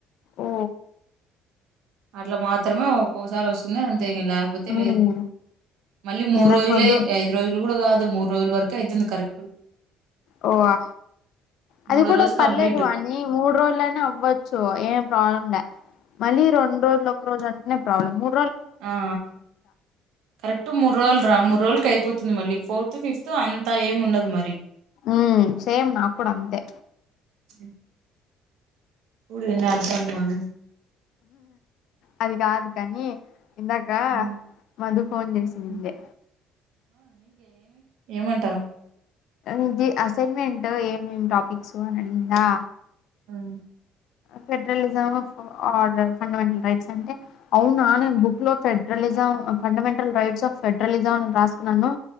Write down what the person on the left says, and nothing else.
ఓ
ఉమ్
ఇందాక
మద్దు
ఓ వా అది
కూడా
పర్లేదు
వాణి మూడు రోజులనే అవ్వచ్చు ఏం ప్రాబ్లం ల్య మళ్లీ రెండు రోజులు ఒక్క రోజు అంటనే ప్రాబ్లము ము
ఉ మ్ సేమ్ నా కూడా అంతే
అది కాదు కానీ ఇందాకా
మధు ఫోన్ చేసినింది
ఇది అసైన్మెంట్ ఏమేం టాపిక్స్ అని అడిగిందా
federalism of order fundamental rights అంటే అవునా నేను బుక్ లో federalism fundamental rights of federalism అని రాసుకున్నాను